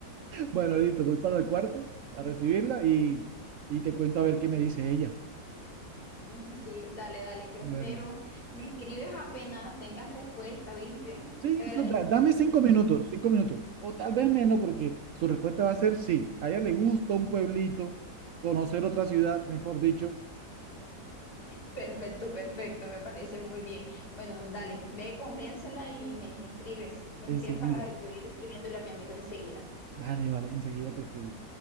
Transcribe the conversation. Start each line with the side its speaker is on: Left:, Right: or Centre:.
Right: Bueno, listo, voy para el cuarto a recibirla y, y te cuento a ver qué me dice ella.
Left: Ay, sí, dale, dale, yo espero.
Right: Bueno,
Left: Me escribes apenas tengas respuesta, ¿viste?
Right: sí,
Left: Te agradezco
Right: eso da- dame
Left: muchísimo.
Right: cinco minutos,
Left: muchísimo.
Right: cinco minutos, o tal vez menos, porque su respuesta va a ser sí. A ella le gusta un pueblito, conocer otra ciudad, mejor dicho,
Left: Perfecto, perfecto, me parece muy bien. Bueno, dale, ve, convéncela y me, me escribes. Me escribes
Right: enseguida.
Left: para yo ir escribiéndole a mi amigo enseguida.
Right: Vale, vale, enseguida te escribo.